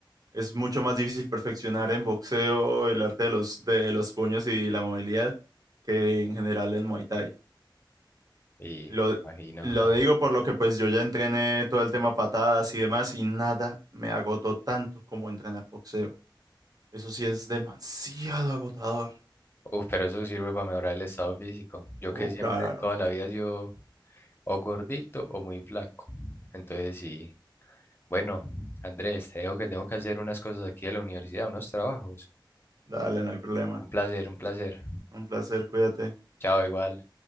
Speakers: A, on the right; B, on the left.
A: Es mucho más difícil perfeccionar en boxeo el arte de los, de los puños y la movilidad que en general en Muay Thai.
B: y
A: Lo,
B: me imagino.
A: lo
B: <laughs>
A: digo por lo que pues yo ya entrené todo el tema patadas y demás y nada me agotó tanto como entrenar boxeo. Eso sí es demasiado agotador.
B: Uf, pero eso sirve para mejorar el estado físico. Yo
A: Oh,
B: que siempre,
A: claro.
B: toda la vida yo o gordito o muy flaco. Entonces, sí. Bueno, Andrés, te dejo que tengo que hacer unas cosas aquí de la universidad, unos trabajos.
A: Dale, no hay problema.
B: Un placer, un placer.
A: Un placer, cuídate.
B: Chao, igual.